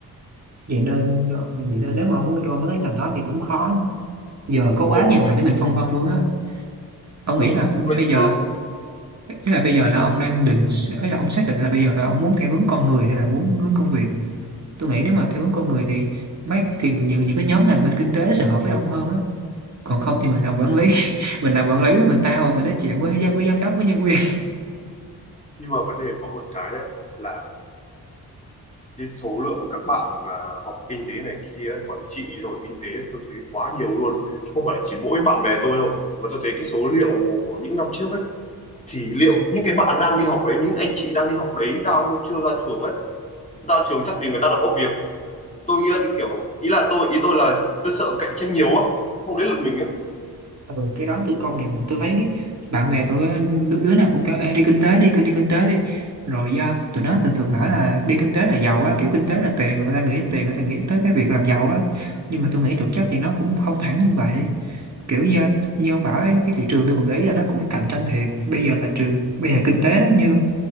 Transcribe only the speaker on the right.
vậy nên ờ, vậy nên nếu mà ông muốn vô mấy cái ngành đó thì cũng khó giờ có
quá nhiều ngành để mình phân vân luôn á ông
nghĩ là
bây
giờ ý là bây giờ là ông đang định ý là ông xác định là bây giờ là ông muốn theo hướng con người hay là muốn hướng công việc tôi nghĩ nếu mà theo hướng con người thì mát thì những những cái nhóm ngành bên kinh tế sẽ hợp với ông hơn á còn không thì mình làm quản lý <laughs> mình làm quản lý là mình tha hồ mình nói chuyện với giám với giám đốc với nhân viên
Ừ, cái đó tôi công nhận tôi thấy bạn bè tôi đứa, đứa nào cũng kêu Ê, đi kinh tế đi cứ đi kinh tế đi rồi do tụi nó thường thường bảo là đi kinh tế là giàu á kiểu kinh tế là tiền người ta nghĩ đến tiền người ta nghĩ tới cái việc làm giàu á nhưng mà tôi nghĩ thực chất thì nó cũng không hẳn như vậy kiểu như như ông bảo ấy, cái thị trường tôi cũng để ý là nó cũng cạnh tranh thiệt bây giờ là trường bây giờ kinh tế nó như